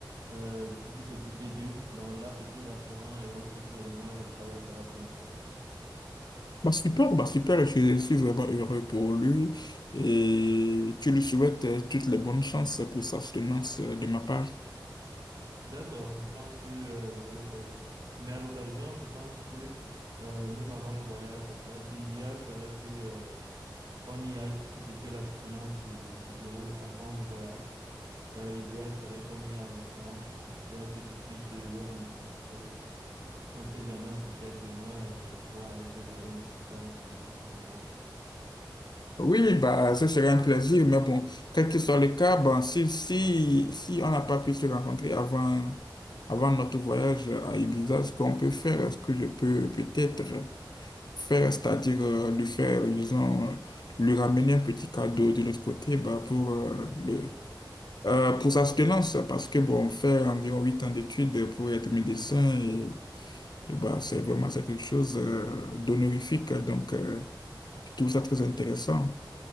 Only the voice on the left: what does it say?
bah, super, bah, super, je suis vraiment heureux pour lui et tu lui souhaites euh, toutes les bonnes chances pour sa soutenance euh, de ma part.
Oui, oui, bah, ce serait un plaisir, mais bon, quel que soit le cas, bah, si, si, si on n'a pas pu se rencontrer avant, avant notre voyage à Ibiza, ce qu'on peut faire, ce que je peux peut-être faire, c'est-à-dire euh, lui faire, disons, euh, lui ramener un petit cadeau de l'autre côté bah, pour euh, le euh, pour sa soutenance, parce que bon, faire environ huit ans d'études pour être médecin, et, et bah, c'est vraiment c'est quelque chose euh, d'honorifique. Donc, euh, je trouve ça très intéressant.